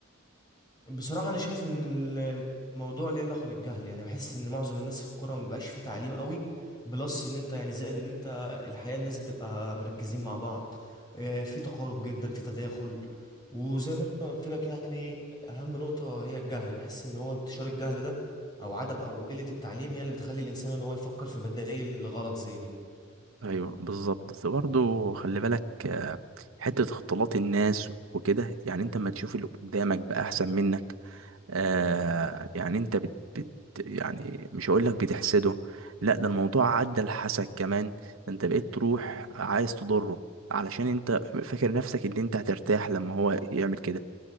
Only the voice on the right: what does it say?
ايوه بالظبط بس برضه خلي بالك آه، حته اختلاط الناس وكده يعني انت لما تشوف اللي قدامك بقى احسن منك آه يعني انت بت بت يعني مش هقول لك بتحسده لا ده الموضوع عدى الحسد كمان ده انت بقيت تروح عايز تضره علشان انت فاكر نفسك ان انت هترتاح لما هو يعمل كده